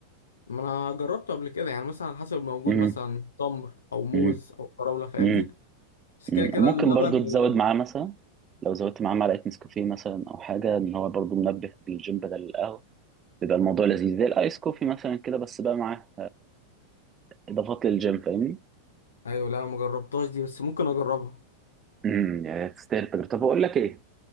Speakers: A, on the left; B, on the right.
A: ما انا جربته قبل كده يعني مثلا على حسب الموجود
B: مم.
A: مثلا تمر او موز
B: مم.
A: او فراوله فاهمني
B: مم.
A: بس كده
B: مم.
A: كده
B: ممكن
A: اللبن
B: برضو
A: وال...
B: تزود معاه مثلا لو زودت معاه معلقة نسكافيه مثلا او حاجة ان هو برضو منبه قبل الجيم بدل القهوة بيبقى الموضوع لذيذ زي الايس كوفي مثلا كده بس بقى معاه اضافات للجيم فاهمني
A: ايوه لا ما جربتهاش دي بس ممكن اجربها
B: امم يا تستاهل التجربة. طب اقول لك ايه